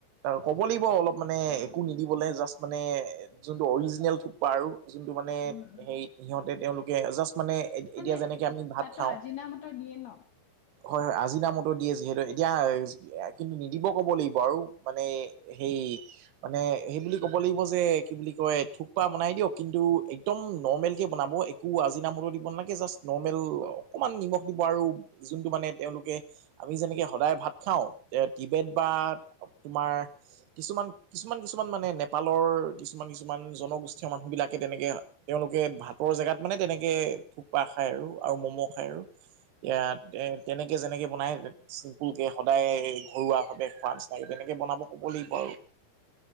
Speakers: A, on the right (about 80°); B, on the left (about 70°).
A: ক'ব লাগিব অলপ মানে একো নিদিবলৈ জাষ্ট মানে যোনটো অৰিজিনেল থোপ্পা আৰু যোনটো মানে
B: উম উম
A: সেই সিহঁতে তেওঁলোকে জাষ্ট মানে
B: মানে
A: এতিয়া যেনেকে আমি ভাত
B: তাতো
A: খাওঁ
B: আজিনা মটৰ দিয়ে ন
A: হয় হয় আজি নামতো দিয়ে যিহেতু এতিয়া কিন্তু নিদিব ক'ব লাগিব আৰু মানে সেই মানে সেইব কবা লাগিব যে কি বুলি কয় থুপ্পা বনাই দিয় কিন্তু একডোম নোৰমেল বনাব একো আজি মোলু দিব নাগে জাষ্ট নৰ্মেল অকমান নিমখ দিব আৰু যোনটো মানে তেওঁলোক আমি যেনেকে সদায় ভাত খাওঁ টি বেড বা তোমাৰ কিছুমান কিছুমান কিছুমান মানে নেপালৰ কিছুমান কিছুমান জনগোষ্ঠীয় মানুহ বিলাকে তেনেকে তেওঁলোকে ভাত বৰ জেগাত মানে তেনেকে থোপ্পা খায় আৰু আৰু ম'ম' খায় আৰু এতিয়া তেনেকৈ যেনেকৈ বনায় চিম্পুলকে সদায় ঘৰুৱা ভাৱে খোৱাৰ নিচিনাকৈ তেনেকে বনাব ক'ব লাগিব আৰু